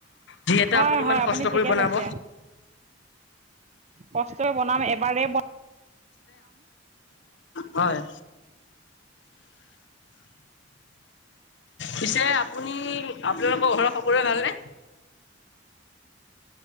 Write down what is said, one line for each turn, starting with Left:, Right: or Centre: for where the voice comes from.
Left: যি এটা
Right: হয়
Left: আপুনি
Right: হয়
Left: ইমান কষ্ট
Right: ঠিকে
Left: কৰি বনাব।
Right: কৈছে কষ্টৰে বনাম, এবাৰে বন
Left: <unintelligible> হয়। পিছে আপুনি আপোনালোকৰ ঘৰৰ সকলোৱে ভালনে?